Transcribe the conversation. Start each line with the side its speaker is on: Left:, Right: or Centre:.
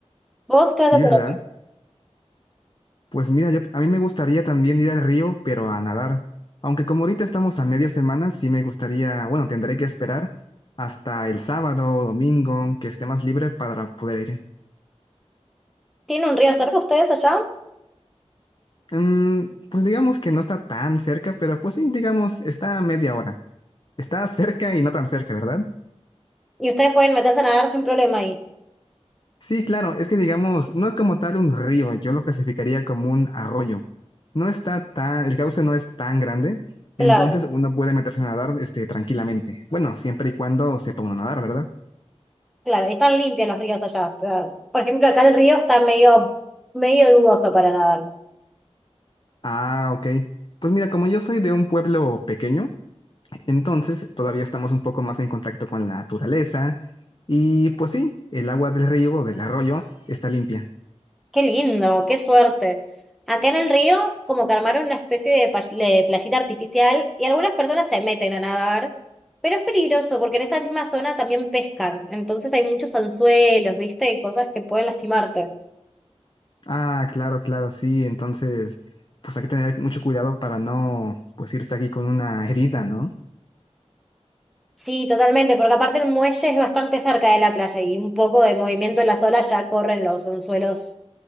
Centre: ¿Vos qué
Left: Sí,
Centre: vas a hacer?
Left: ¿verdad?
Centre: hoy?
Left: Pues mira, yo a mí me gustaría también ir al río, pero a nadar. Aunque como ahorita estamos a media semana, sí me gustaría, bueno, tendré que esperar hasta el sábado o domingo que esté más libre para poder ir.
Centre: ¿Tienen un río cerca ustedes allá?
Left: Mm, pues digamos que no está tan cerca, pero pues sí, digamos, está a media hora. Está cerca y no tan cerca, ¿verdad?
Centre: Y ustedes pueden meterse a nadar sin problema ahí.
Left: Sí, claro, es que digamos, no es como tal un río, yo lo clasificaría como un arroyo. No está tan, el cauce no es tan grande, entonces
Centre: Claro.
Left: uno puede meterse a nadar este, tranquilamente. Bueno, siempre y cuando sepa uno nadar, ¿verdad?
Centre: Claro, y están limpios los ríos allá. o sea, por ejemplo, acá el río está medio, medio dudoso para nadar.
Left: Ah, ok. Pues mira, como yo soy de un pueblo pequeño, entonces todavía estamos un poco más en contacto con la naturaleza y pues sí, el agua del río o del arroyo está limpia.
Centre: Qué lindo, qué suerte. Acá en el río, como que armaron una especie de, pa- de playita artificial y algunas personas se meten a nadar, pero es peligroso porque en esa misma zona también pescan. Entonces hay muchos anzuelos, ¿viste? Y cosas que pueden lastimarte.
Left: Ah, claro, claro, sí. Entonces, pues hay que tener mucho cuidado para no, pues irse aquí con una herida, ¿no?
Centre: Sí, totalmente, porque aparte el muelle es bastante cerca de la playa y un poco de movimiento en las olas ya corren los anzuelos